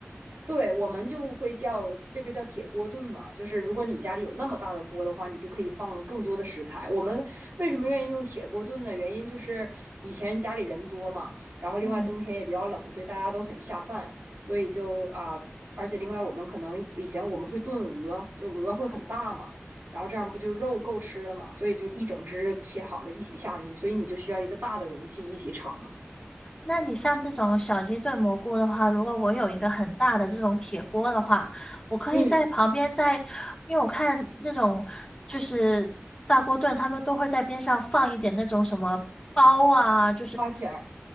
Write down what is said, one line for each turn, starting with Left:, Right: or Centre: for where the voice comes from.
Right: 对，我们就会叫这个叫铁锅炖嘛，就是如果你家里有那么大的锅的话，你就可以放更多的食材。我们为什么愿意用铁锅炖呢？原因就是以前家里人多嘛，然后另外冬天也比较冷，
Left: 嗯。
Right: 所以大家都很下饭，所以就啊，而且另外我们可能以前我们会炖鹅，就鹅会很大嘛，然后这样不就肉够吃了嘛，所以就一整只切好了一起下进去，所以你就需要一个大的容器一起炒嘛。
Left: 那你像这种小鸡炖蘑菇的话，如果我有一个很大的这种铁锅的话，我可以在旁边在，
Right: 嗯，
Left: 因为我看那种就是大锅炖，他们都会在边上放一点那种什么包啊，就是
Right: 花钱儿。